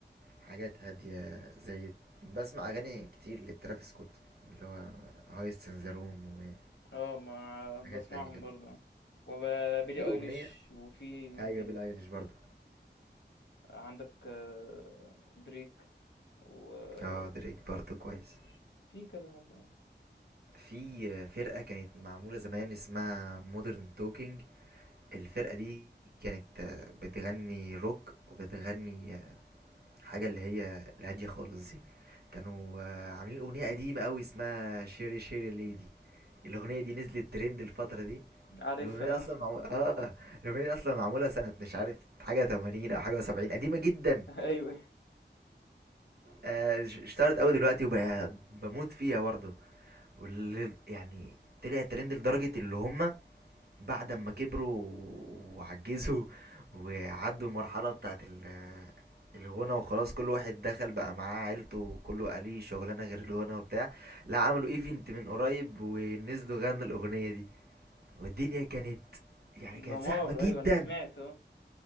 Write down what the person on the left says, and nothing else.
اه ما انا
بسمعهم
برضو وبيلي
ايليش وفي مين
تاني
عندك آه، دريك وفي
كذا حد
عارفها
آه.
<laughs> أيوه،
دمار
أيوه، أنا سمعت آه.